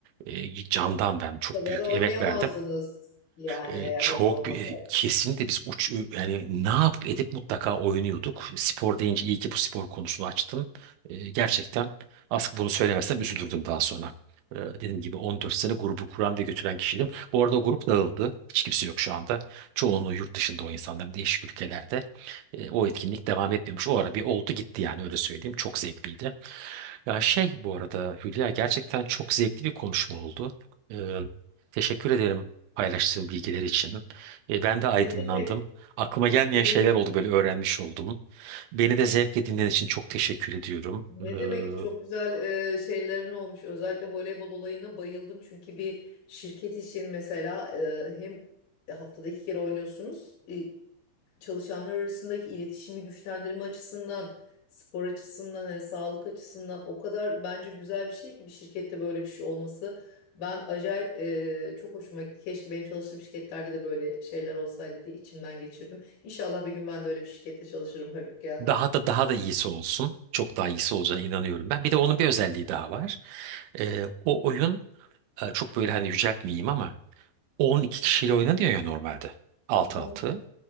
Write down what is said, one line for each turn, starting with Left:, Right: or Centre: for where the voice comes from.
Right: e, candan ben çok
Left: Bu kadar
Right: büyük
Left: oynayamazdınız
Right: emek verdim.
Left: yani
Right: Ee,
Left: eğer
Right: çok
Left: hobi olmasaydı.
Right: bir- kesinlikle biz uç yani ne yap edip mutlaka oynuyorduk. Spor deyince iyi ki bu spor konusunu açtın. Ee, gerçekten aslında bunu söylemezsem üzülürdüm daha sonra. Ee, dediğim gibi 14 sene grubu kuran ve götüren kişiydim. Bu arada o grup dağıldı. Hiç kimse yok şu anda. Çoğunluğu yurt dışında o insanların değişik ülkelerde. Ee, o etkinlik devam etmiyormuş. O ara bir oldu gitti yani öyle söyleyeyim. Çok zevkliydi. Ya şey bu arada Hülya gerçekten çok zevkli bir konuşma oldu. Ee, teşekkür ederim paylaştığım bilgiler için. E, ben de aydınlandım.
Left: Ne demek
Right: Aklıma gelmeyen
Left: senin
Right: şeyler oldu böyle öğrenmiş oldum. Beni de zevkle dinlediğin için çok teşekkür ediyorum.
Left: ne
Right: Ee,
Left: demek çok güzel e, şeylerin olmuş. Özellikle voleybol olayına bayıldım. Çünkü bir şirket için mesela e, hem haftada iki kere oynuyorsunuz. E, çalışanlar arasındaki iletişimi güçlendirme açısından, spor açısından, hani sağlık açısından o kadar bence güzel bir şey ki bir şirkette böyle bir şey olması. Ben acayip e, çok hoşuma gitti. Keşke benim çalıştığım şirketlerde de böyle şeyler olsaydı diye içimden geçirdim. İnşallah bir gün ben de öyle bir şirkette çalışırım Haluk ya.
Right: daha da daha da iyisi olsun. Çok daha iyisi olacağına inanıyorum ben. Bir de onun bir özelliği daha var. Ee, o oyun e, çok böyle hani yüceltmeyeyim ama 12 kişiyle oynanıyor ya normalde. altı
Left: Hı hı.
Right: altı.